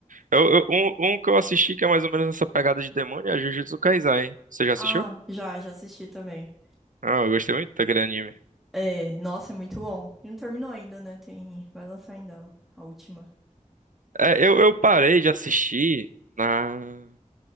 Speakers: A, on the right; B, in the centre.
A: Eu, eu- um, um que eu assisti que é mais ou menos essa pegada de demônio é Jujutsu Kaisen, hein? Você já assistiu?
B: Ah, já, já assisti também.
A: Ah, eu gostei muito daquele anime.
B: É, nossa, é muito bom. E não terminou ainda, né? Tem, vai lançar ainda a última.
A: É, eu, eu parei de assistir na.